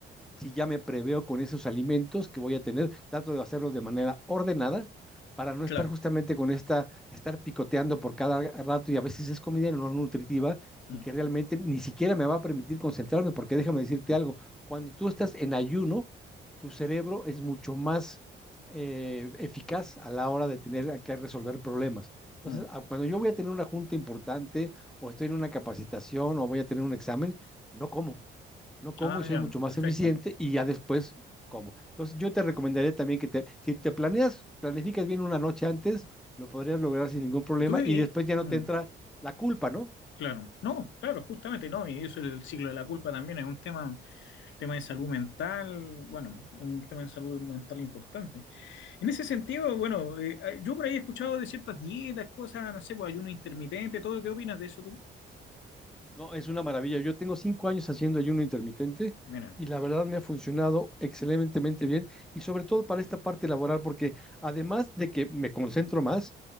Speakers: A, in the centre; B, on the left.
A: si ya me preveo con esos alimentos que voy a tener, trato de hacerlos de manera ordenada para no
B: claro.
A: estar justamente con esta, estar picoteando por cada rato y a veces es comida no nutritiva
B: Mm,
A: y que realmente ni siquiera me va a permitir concentrarme, porque déjame decirte algo, cuando tú estás en ayuno, tu cerebro es mucho más eh, eficaz a la hora de tener que resolver problemas. Entonces,
B: mm.
A: a- cuando yo voy a tener una junta importante o estoy en una capacitación o voy a tener un examen, no como no como
B: Ah,
A: y soy
B: ya,
A: mucho más
B: perfecto.
A: eficiente y ya después como. Entonces yo te recomendaría también que te, si te planeas, planificas bien una noche antes, lo podrías lograr sin ningún problema
B: Tú, y-
A: y después ya
B: mm.
A: no te entra la culpa, ¿no?
B: Claro, no, claro, justamente no, y eso el ciclo de la culpa también es un tema, tema de salud mental, bueno, es un tema de salud mental importante. En ese sentido, bueno, eh, ah, yo por ahí he escuchado de ciertas dietas, cosas, no sé, pues ayuno intermitente, todo, ¿qué opinas de eso tú?
A: No, es una maravilla. Yo tengo cinco años haciendo ayuno intermitente
B: Mira,
A: y la verdad me ha funcionado excelentemente bien y sobre todo para esta parte laboral porque además de que me concentro más,